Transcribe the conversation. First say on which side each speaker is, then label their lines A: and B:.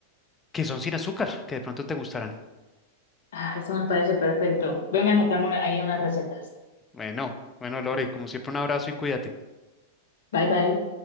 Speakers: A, on the left; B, on the left.
A: que son sin azúcar, que de pronto te gustarán.
B: Ah, eso me parece perfecto. Veme anotando ahí unas recetas.
A: Bueno, bueno, Lore, como siempre, un abrazo y cuídate.
B: Bye, bye.